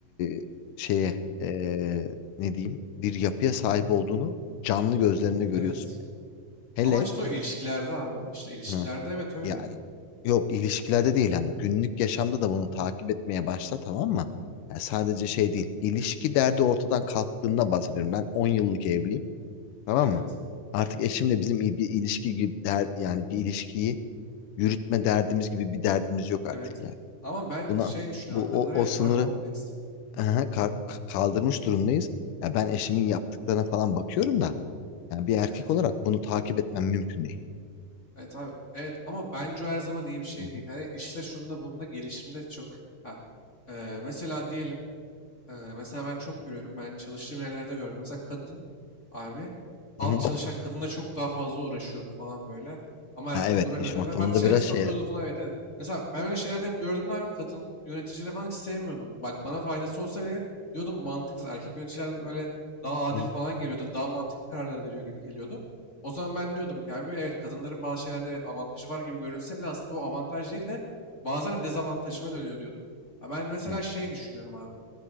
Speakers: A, on the left; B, on the left.
A: e, şeye e, ne diyeyim bir yapıya sahip olduğunu canlı gözlerinde görüyorsun
B: Evet.
A: yani. Hele
B: Ama işte o ilişkilerde abi işte ilişkilerde
A: Hı.
B: evet öyle.
A: Ya yok ilişkilerde değil hani günlük yaşamda da bunu takip etmeye başla tamam mı? Yani sadece şey değil. ilişki derdi ortadan kalktığında bahsediyorum. Ben 10 yıllık evliyim tamam
B: Evet.
A: mı? Artık eşimle bizim il- bir ilişki gibi der, yani bir ilişkiyi yürütme derdimiz gibi bir derdimiz yok artık
B: Evet.
A: yani.
B: Ama ben
A: Buna
B: şey düşünüyorum
A: bu
B: kadınlar
A: o,
B: evet
A: o sınırı
B: daha kompleks.
A: aha, kar-
B: Ha,
A: kaldırmış durumdayız. Ya ben eşimin yaptıklarına falan bakıyorum da yani bir erkek
B: Evet.
A: olarak bunu takip etmem mümkün değil.
B: Evet abi. Evet ama bence o her zaman iyi bir şey
A: Hı hı.
B: değil. Hani işte şunda bunda gelişimde çok. Ha, e, mesela diyelim Ee, mesela ben çok görüyorum. Ben çalıştığım yerlerde gördüm. Mesela kadın abi alt
A: Hı hı.
B: çalışan kadınla çok daha fazla uğraşıyordu falan böyle. Ama
A: Ha,
B: erkek
A: evet
B: de uğraşmıyordu
A: iş ortamında
B: ve farklı şeylere
A: biraz
B: sokuyordu
A: şeyler.
B: falan. Evet, evet. Mesela ben öyle şeylerde hep gördüm de abi kadın yöneticileri falan hiç sevmiyordum. Bak bana faydası olsa bile diyordum mantıksız. Erkek yöneticiler böyle daha adil
A: Hı,
B: falan geliyordu. Daha mantıklı kararlar veriyor gibi geliyordu. O zaman ben diyordum ki abi evet kadınların bazı şeylerde evet avantajı var gibi görünse bile aslında o avantaj değil de bazen dezavantajına dönüyor diyordum. Ha, Ben mesela
A: hı.
B: şey düşünüyorum abi.